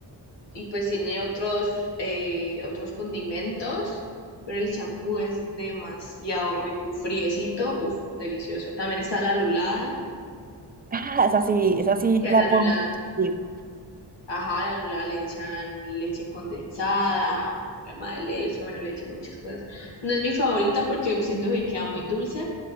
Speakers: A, on the left; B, on the right.
A: y pues tiene otros, eh, otros condimentos, pero el champú es demasiado rico y friecito, uff, delicioso. También está la lulada,
B: Ah, esa sí, esa sí
A: que a
B: la
A: la lulada,
B: podemos ir.
A: ajá, a la lulada le echan leche condensada, crema de leche, bueno, le echan muchas cosas. No es mi favorita porque siento que queda muy dulce,